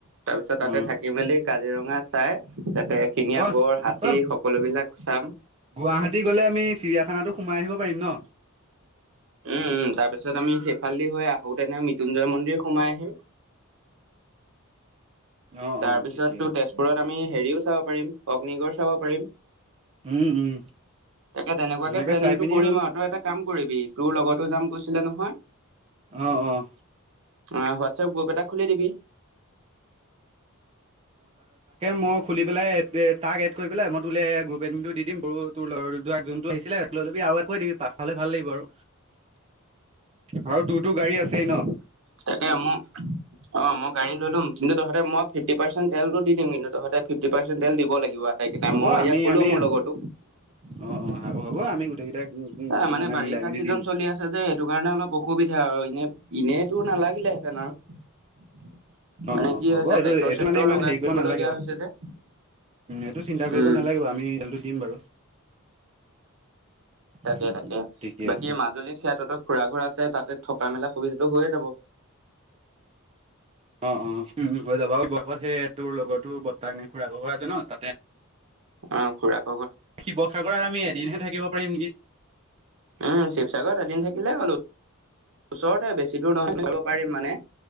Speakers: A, on the right; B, on the right.
A: তাৰ পিছত তাতে
B: অ',
A: থাক কি কাজিৰঙা চাই তাতে এশিঙীয়া
B: অ',
A: গঁড়, হাতী
B: অ',
A: সকলোবিলাক চাম।
B: গুৱাহাটী গ'লে আমি চিৰিয়াখানাতো সোমাই আহিব পাৰিম ন।
A: উম উম তাৰ পিছত আমি সেইফালদি হৈ আহো তেনে মৃত্যুঞ্জয় মন্দিৰ সোমাই আহিম।
B: <inaudible> অ',
A: তাৰ
B: অ',
A: পিছত
B: ঠিকে আছে
A: তেজপুৰত
B: ঠিকে আছে।
A: আমি হেৰিও চাব পাৰিম অগ্নিগড় চাব পাৰিম।
B: উম, উম,
A: তাকে তেনেকুৱাকে
B: ধুনীয়াকে
A: প্লেনিংটো
B: চাই পিনি
A: কৰিম আৰু তই এটা কাম কৰিম। তোৰ লগতো যাম গৈছিলে নহয়।
B: অ', অ',
A: অ হোৱাটছএপ গ্ৰুপ এটা খুলি দিবি।
B: মই খুলি পেলাই তাক এড কৰি পেলাই মই তোলে গ্ৰুপ এডমিন টো দি দিম বু তোৰ লগৰ যোনটো আহিছিলে এড কৰি দিবি পাঁচটা হলে ভাল লাগিব আৰু। আৰু তোৰ তো গাড়ী আছেই ন?
A: তাকে মোৰ অ মই গাড়ীলৈ লম কিন্তু তহতে মই ফিফটি পাচেণ্ট তেলটো দিম কিন্ত তহতে ফিফটি পাচেণ্ট তেল দিব লাগে। আতাইকেইতাই
B: হ'ব
A: মই ইয়াক
B: আমি
A: কলো
B: আমি
A: মোৰ লগতো
B: অ', অ', হ'ব আমি গোটেইকেইটাই
A: এ মানে বাৰিষা
B: মিলাই মেলি
A: চিজন
B: দিম
A: চলি আছে যে? সেইটো কাৰণে অলপ অসুবিধা আৰু এনে এনেইতো নালাগিলেহেঁতেন আৰু
B: অ',
A: মানে
B: অ',
A: কি
B: হ'ব
A: হৈছে
B: এইটো
A: ট্ৰেক্টৰ
B: এইটো
A: চেক্টৰ
B: মানে ইমান
A: লগাই
B: হেৰি
A: থাকিব
B: কৰিব নালাগে
A: লগীয়া হৈছে যে
B: এইটো চিন্তা কৰিব
A: উম
B: নালাগে বাৰু আমি ৰিজাল্ট টো দিম বাৰু
A: তাকে,
B: উম,
A: তাকে
B: উম, ঠিকে
A: বাকী
B: আছে
A: মাজুলীত সিহঁতো খুৰা ঘৰ- আছে তাতে থকা মেলা সুবিধাটো হৈয়ে যাব।
B: অ' অ' হৈ যাব আৰু ব আগত সেই তোৰ লগৰটো বৰ্তাক নে খুৰা আছে ন তাতে
A: অ' খুৰাক।
B: শিৱসাগৰত আমি এদিনহে থাকিব পাৰিম নেকি।
A: উম শিৱসাগৰত এদিন থাকিলে হ'ল ওচৰতে বেছি দূৰ নহয় <unintelligible> পাৰিম মানে।